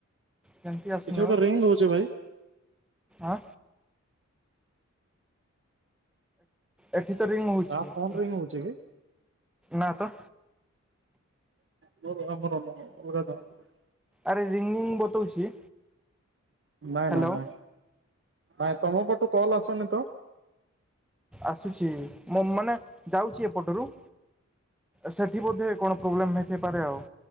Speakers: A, in the centre; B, on the right (about 45°).
A: କେମିତି ଆସିଲ
B: କିଛି ଗୋଟେ ରିଙ୍ଗ ହଉଛି ଭାଇ
A: ଆଁ। ଏଠି ତ ରିଙ୍ଗ ହଉଛି।
B: କାହା ଫୋନ ରିଙ୍ଗ ହଉଛି କି?
A: ନା ତ।
B: ମୋ ଆମର ନ ଅଲଗା ଜଣକର।
A: ଆରେ ରିଙ୍ଗିଙ୍ଗ ବତଉଛି।
B: ନାଇଁ
A: ହ୍ୟାଲୋ
B: ନାଇଁ ନାଇଁ ନାଇଁ ତମ ପଟୁ କଲ୍ ଆସନି ତ।
A: ଆସୁଛି ମୁଁ ମାନେ ଯାଉଛି ଏପଟରୁ। ସେଠି ବୋଧେ କଣ ପ୍ରୋବ୍ଲେମ୍ ହେଇଥାଇପାରେ ଆଉ।